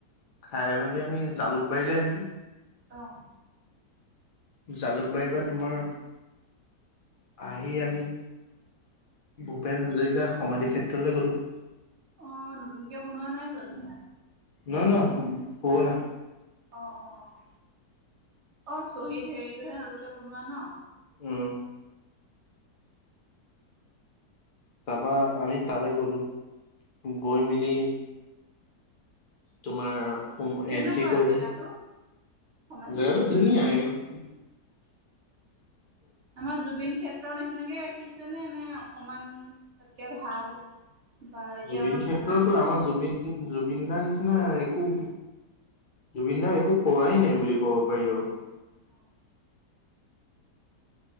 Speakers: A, on the left (about 55°); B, on the right (about 55°).
A: খাই মেলি আমি জালুকবাৰীলৈ আহিলোঁ।
B: অ'।
A: জালুকবাৰীৰ বা তোমাৰ আহি আমি ভূপেন হাজৰিকা সমাধি ক্ষেত্ৰলৈ গলোঁ।
B: অ নতুনকে বনোৱা নাই জানো সেয়া।
A: নহয় নহয় পুৰণা।
B: অ' অ' অ' অ', শ্বহিদ হেৰিটোহে নতুনকে বনোৱা ন।
A: উম। তাৰপা আমি তালৈ গলোঁ গৈ মেলি তোমাৰ
B: কেনেকুৱা
A: এন্ট্ৰি কৰিলো
B: জেগাটো সমাধি
A: জেগাটো
B: ক্ষেত্ৰৰ
A: ধুনীয়া
B: জেগাটো
A: এগ <inaudible>
B: আমাৰ জুবিন ক্ষেত্ৰৰ নিচিনাকে দিছে নে এনে অকমান তাতকে ভাল। বা এতিয়া
A: জুবিন
B: অলপ
A: ক্ষেত্ৰতো
B: পুৰণা নিচিনা
A: আমাৰ
B: হৈছে
A: জুবিন জুবিন দাৰ নিচ চিনা একো জুবিন দাৰ একো কৰাই নাই বুলি ক'ব পাৰি আৰু।
B: অ'